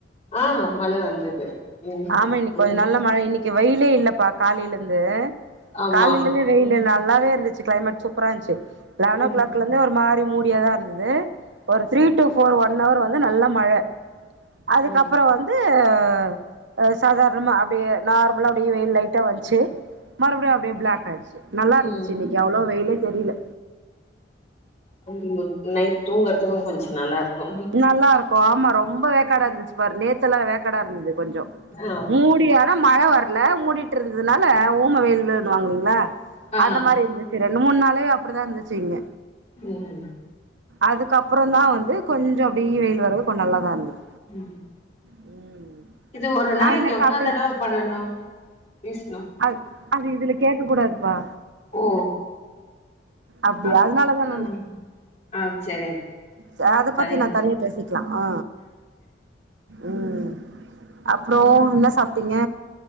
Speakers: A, on the left; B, on the right.
A: ஆ மழ வந்தது ம்
B: ஆமா இன்னைக்கு கொஞ்ச
A: ம்
B: நல்ல மழ இன்னைக்கு வெயிலே இல்லப்பா காலையிலேருந்து
A: ஆமா
B: காலையிலேருந்து வெயிலு
A: ம்
B: நல்லாவே இருந்துச்சு கிளைமேட் சூப்பரா இருந்துச்சு லெவன் ஓ
A: ம்
B: கிளாக்லேருந்தே ஒரு மாறி மூடியேதா இருந்தது ஒரு த்ரீ டு ஃபோர் ஒன்னவர் வந்து நல்ல மழ அதுக்கப்பற
A: ம்
B: வந்து ஆ ஆ சாதாரணமா அப்படியே நார்மலா அப்டியே வெயில் லைட்டா வந்ச்சு மறுபடியு அப்படியே பிளாக் ஆயிடுச்சு நல்லா இருந்துச்சு
A: ம்
B: இன்னைக்கு அவ்ளோவா வெயிலே தெரியல
A: <unintelligible> நைட் தூங்கிறதுக்கும் கொஞ்ச நல்லாருக்கும்
B: நல்லாருக்கும் ஆ ஆமா ரொம்ப வேக்காடா இருந்துச்சு பாரு நேத்துல்லாம் வேக்காடா இருந்துது கொஞ்ச
A: ஆ
B: மூடியானா மழ வர்ல மூடிட்டு இருந்ததுனால ஊம வெயில்னுவாங்க இல்லீங்களா
A: ஆ
B: அந்த மாரி இருந்துச்சு இந்த மூனு நாளாவே அப்டிதா இருந்துச்சு இங்க
A: ம்
B: அதுக்கப்புறந்தா வந்து கொஞ்ச அப்டியே வெயில் வரவு கொஞ்ச நல்லாதா இருந்தது
A: ம்
B: ம்
A: இது ஒரு
B: நா
A: நாளைக்கு
B: என்ன
A: எவ்வளோ
B: சாப்ட்டே
A: தடவ பண்ணணு பேசணு
B: அது அது இதுல கேக்கக்கூடாதுப்பா
A: ஓ
B: அப்டியா
A: அப்
B: அதுனாலதா நா
A: ம் ஆ சரி
B: சேர் அத
A: சரிங்க
B: பத்தி நா தனியா பேசிக்கலா ஆ ம் அப்புறம் என்ன சாப்ட்டீங்க